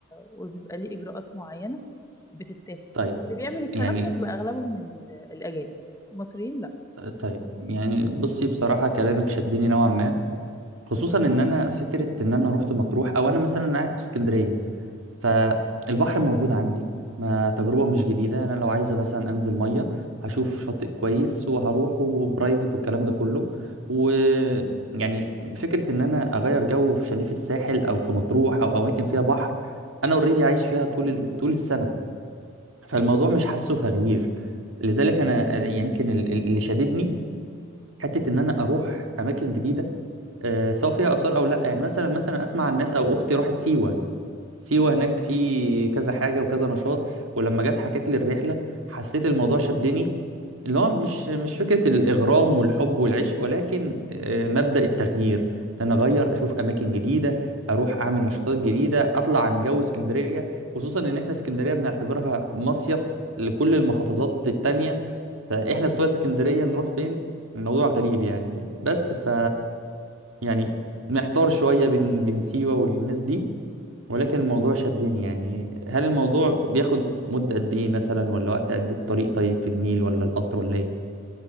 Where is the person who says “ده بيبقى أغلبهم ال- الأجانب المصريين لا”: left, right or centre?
Left